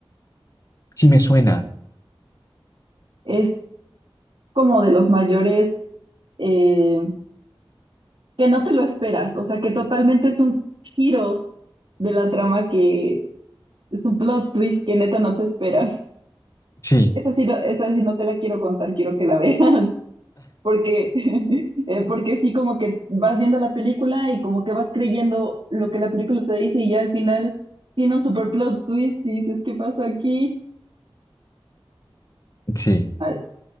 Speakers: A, on the left (about 40°); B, on the right (about 65°).
A: Sí me suena.
B: Es como de los mayores eh, que no te lo esperas, o sea, que totalmente es un giro de la trama que es un plot twist que neta no te esperas.
A: Sí,
B: Esa sí, no- esa sí no te la quiero contar, quiero que la <laughs> veas. porque, <laughs> eh, porque sí, como que vas viendo la película y como que vas creyendo lo que la película te dice y ya al final tiene un super plot twist y dices, ¿qué pasó aquí?
A: sí.
B: Ah,